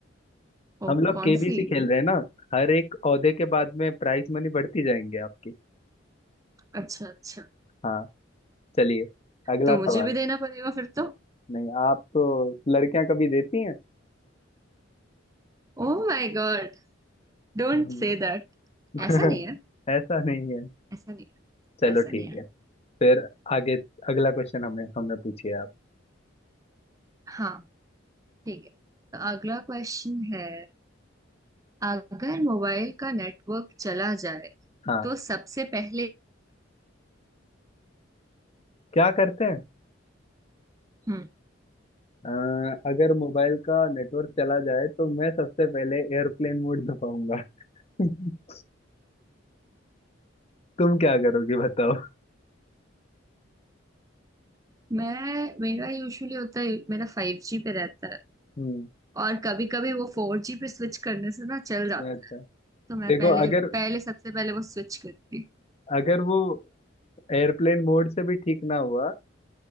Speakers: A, on the left; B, on the right.
A: हम
B: ओ
A: लोग
B: कौन
A: केबीसी
B: सी
A: खेल रहे हैं ना हर एक ओहदे के बाद में प्राइस मनी बढ़ती जाएंगे आपकी
B: अच्छा अच्छा
A: हाँ चलिए अगला
B: तो
A: सवाल
B: मुझे भी देना पड़ेगा फिर तो
A: नहीं आप तो लड़कियां कभी देती
B: Oh my god don't
A: हैं
B: say that
A: <laughs>
B: ऐसा नहीं है
A: ऐसा नहीं है
B: ऐसा नहीं है
A: चलो
B: ऐसा नहीं
A: ठीक
B: है
A: है फिर आगे अगला क्वेश्चन हमें हमने पूछिए आप
B: हाँ ठीक है तो अगला क्वेश्चन है अगर मोबाइल का नेटवर्क चला जाए
A: हाँ
B: तो सबसे पहले
A: क्या करते हैं
B: हम्म
A: अ, अगर मोबाइल का नेटवर्क चला जाए तो मैं सबसे पहले एयरप्लेन मोड दबाऊंगा <laughs> तुम क्या करोगे बताओ
B: मैं मेरा यूजुअली होता है मेरा फाइव जी पे रहता है
A: हम्म
B: और कभी कभी वो फोर जी पे स्विच करने से ना चल जाता
A: अच्छा
B: है तो मैं
A: देखो
B: पहले
A: अगर
B: पहले सबसे पहले वो स्विच करूंगी
A: अगर वो एयरप्लेन मोड से भी ठीक ना हुआ